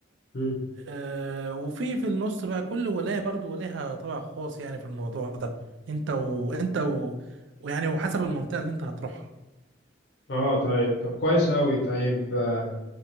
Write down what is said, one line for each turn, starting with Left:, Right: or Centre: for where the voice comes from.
Left: مم.
Right: آه، وفي في النص بقى كل ولاية برضو ليها طابع خاص يعني في الموضوع ده انت وانت و... ويعني وحسب المنطقة اللي انت هتروحها
Left: اه طيب طب كويس قوي طيب آه،